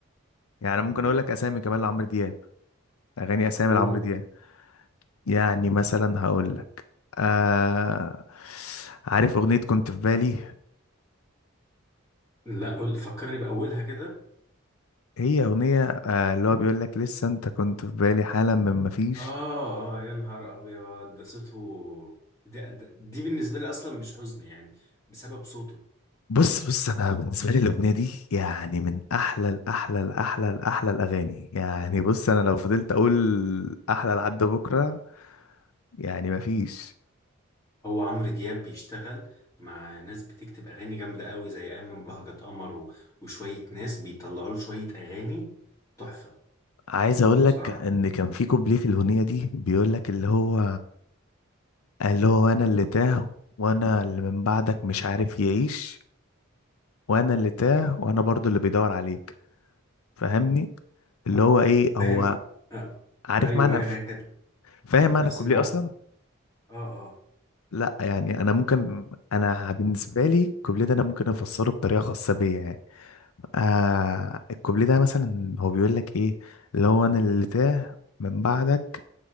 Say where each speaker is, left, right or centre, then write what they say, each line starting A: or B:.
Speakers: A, on the left; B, on the left.
A: يعني ممكن
B: مم.
A: أقول لك أسامي كمان لعمرو دياب أغاني أسامي
B: قول
A: لعمرو دياب يعني مثلا هقول لك آه عارف أغنية كنت في بالي
B: لا قول فكرني بأولها كده
A: هي أغنية آه اللي هو بيقول لك لسه أنت كنت في بالي حالا من مفيش
B: اه اه يا نهار ابيض ده صوته ده ده- دي بالنسبة لي اصلا مش حزن يعني بسبب صوته
A: بص بص انا بالنسبه لي الاغنيه دي يعني من احلى الاحلى الاحلى الاحلى الاغاني يعني بص انا لو فضلت اقول احلى لحد بكره يعني مفيش
B: هو عمرو دياب بيشتغل مع ناس بتكتب اغاني جامدة قوي زي ايمن بهجت قمر و- وشوية ناس بيطلعوا له شوية اغاني تحفة
A: عايز اقول لك
B: بصراحة
A: ان كان في كوبليه في الاغنيه دي بيقول لك اللي هو اللي هو انا اللي تاه وانا اللي من بعدك مش عارف يعيش وانا اللي تاه وانا برضو اللي بيدور عليك فاهمني اللي هو ايه هو
B: هي آه.
A: عارف
B: ايوه
A: معنى
B: ايوه هي كانت
A: فاهم معنى
B: نفس
A: الكوبليه
B: المعنى
A: اصلا
B: اه اه
A: لا يعني انا ممكن انا بالنسبه لي الكوبليه ده انا ممكن افسره بطريقه خاصه بيا يعني آه الكوبليه ده مثلا هو بيقول لك ايه اللي هو انا اللي تاه من بعدك